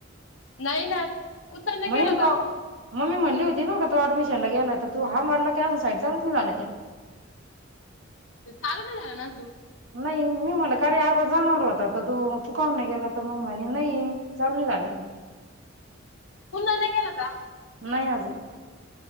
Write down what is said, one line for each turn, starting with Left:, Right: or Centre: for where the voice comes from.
Left: नाही ना. कुदन
Right: <unintelligible>
Left: केलं का
Right: अ मी म्हणली होती ना का तो ऍडमिशनला गेला आहे त तु <unintelligible> अजून साईड चालूच नाही झाल्या त्या.
Left: त चालू नाही झाल्याना अजून.
Right: नाही. मी म्हटलं का रे आता जाणार व्हता तर तू काऊन नाही गेला तर मग म्हणे नाही चालू नाही झाले अजून.
Left: पुन्हा नाही केलं का?
Right: नाही अजून.